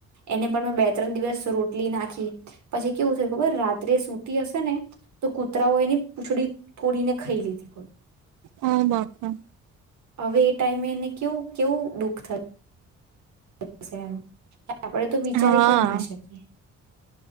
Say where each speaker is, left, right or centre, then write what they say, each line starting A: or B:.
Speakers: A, on the right (about 65°); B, on the right (about 85°).
A: એને પણ મેં બે ત્રણ દિવસ રોટલી નાખી પછી કેવું થયું ખબર રાત્રે સૂતી હશે ને તો કૂતરાઓ એને પૂંછડી તોડીને ખાઈ લીધી.
B: ઓ બાપા.
A: હવે એ ટાઈમે એને કેવું કેવું દુઃખ થ યું સ એને આપણે તો વિચારી
B: હા
A: પણ ના શકીએ.